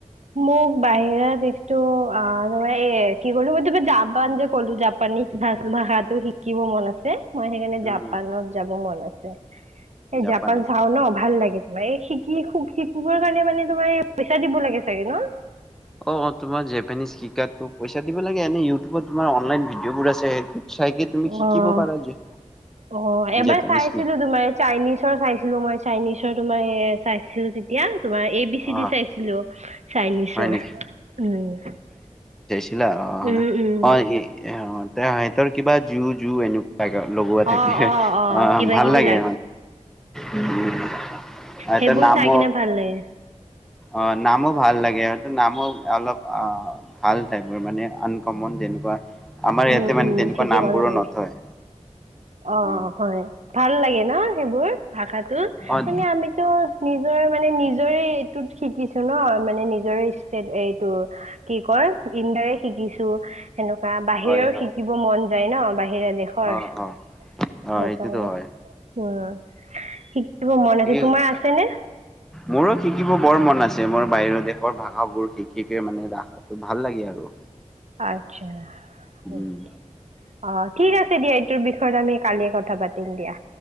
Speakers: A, on the right; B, in the centre.
A: মোক বাহিৰা দিশতটো আৰু মই এ কি কলো মই তম জাপান যে ক'লো জাপানি ভাষাটো শিকিব মন আছে। মই সেইকাৰণে
B: উম
A: জাপানত যাব মন আছে এই
B: জাপানত
A: জাপান চাও ন ভাল লাগে। ম এই শিকি শিকৰ কাৰণে মানে তোমাৰ পইচা দিব লাগে চাগে ন।
B: অ' তোমাৰ জেপানিজ শিকাটো পইচা দিব লাগে এনে ইউটিউবত তোমাৰ অনলাইন ভিডিঅ' বোৰ আছে সেইটো
A: ন
B: তুমি শিকিব
A: অ
B: পাৰা যে।
A: অ' এবাৰ
B: জেপানিজ
A: চাইছিলো
B: কি
A: তোমাৰ চাইনিজৰ চাইছিলো মই চাইনিজৰ তোমাৰ চাইছিলো তেতিয়া তোমাৰ A B C
B: O
A: D চাইছিলো চাইনিজৰ
B: হয় নেকি
A: উম।
B: ছিলা অ',
A: উম উম
B: অ', অ' সিহতৰ কিবা জু জু এনেকুৱা লগোৱা থাকিল।
A: অ অ
B: অ'
A: কিবা
B: ভাল
A: কিবি
B: লাগে। উম এটা
A: সেইবোৰ
B: নাম।
A: চাই কিনে ভাল লাগে
B: অ' নামো ভাল লাগে হয়ো নামো অলপ ভাল ঠাইপৰ মানে আনকমন যেনেকুৱা আমাৰ ইয়াতে
A: উম উম
B: মানে তেনেকুৱা
A: ঠিকেই
B: নাম
A: ক'লা
B: বোৰো
A: তুমি
B: নথয়।
A: অ'
B: উম,
A: হয় ভাল লাগে ন। সেবোৰ ভাষাটো
B: অ'
A: মানে আমিতো নিজৰ মানে নিজৰে তত শিকিছো ন মানে নিজৰে এইটো কি কৰ ইণ্ডাৰে শিকিছো সেনেকুৱা। বাহিৰও
B: হয় হয়
A: শিকিব মন যায় ন বাহিৰা দেশৰ।
B: অ'
A: সেইকাৰণে
B: অ' অ' সেইটোতো হয়
A: উম শিকিব মন
B: ঠিকে
A: আছে তোমাৰ
B: কৈছে।
A: আছে নে।
B: মোৰো শিকিব বৰ মন আছে। যে মোৰ বাহিৰৰ দেশৰ ভাষাাবোৰ শিকিক মানে ৰাখাতটো ভাল লাগে আৰু।
A: আচ্ছা হয়।
B: উম,
A: অ' ঠিক আছে দিয়া এইটোৰ বিষয়ত আমি কালিয়ে কথা পাতি ম দিয়া